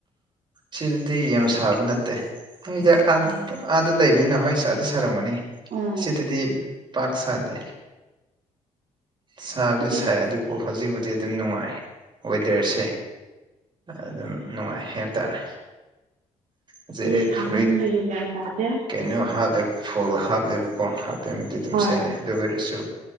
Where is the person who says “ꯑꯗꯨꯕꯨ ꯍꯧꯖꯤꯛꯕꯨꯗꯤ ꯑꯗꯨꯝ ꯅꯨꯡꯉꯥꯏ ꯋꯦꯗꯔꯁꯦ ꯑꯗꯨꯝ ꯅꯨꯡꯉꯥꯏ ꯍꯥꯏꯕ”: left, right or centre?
Right